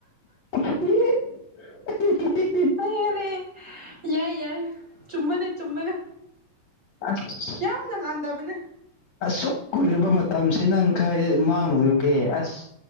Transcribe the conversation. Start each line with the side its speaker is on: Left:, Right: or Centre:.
Left: <unintelligible>
Right: ꯌꯥꯔꯦ ꯌꯥꯏ ꯌꯥꯏ ꯆꯨꯝꯕꯗꯣ
Left: ꯑꯁ
Right: ꯌꯥꯝꯅ ꯂꯥꯟꯗꯕꯅꯦ
Left: ꯑꯁꯨꯛ ꯀꯨꯏꯔꯕ ꯃꯇꯝꯁꯤ ꯅꯪ ꯀꯗꯥꯏꯗ ꯃꯥꯡꯅꯧꯔꯤꯕꯨꯒꯦ ꯑꯁ